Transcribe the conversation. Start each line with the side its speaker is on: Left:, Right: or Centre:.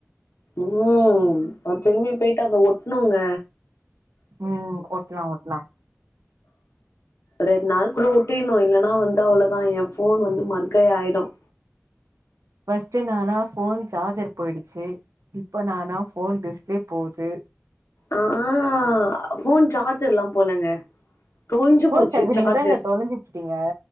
Left: உம் நா திரும்பி போயிட்டு அத ஒட்ணுங்க
Right: உம் ஒட்டலாம் ஒட்டலாம்
Left: ரெண்டு நாளுக்குள்ள ஒட்டிடணும் இல்லைன்னா வந்து அவ்வளவுதா என் போன் வந்து மட்கய் ஆயிடும்
Right: ஃபர்ஸ்ட் நானா போன் சார்ஜர் போயிடுச்சு இப்ப நானா போன் டிஸ்பிளே போது
Left: ஆஹ் போன் சார்ஜர் எல்லாம் போலேங்க தொழஞ்சு
Right: ஃபோன்
Left: போச்சு சார்ஜர்
Right: நீங்க தாங்க தொலைஞ்சுச்சுட்டீங்க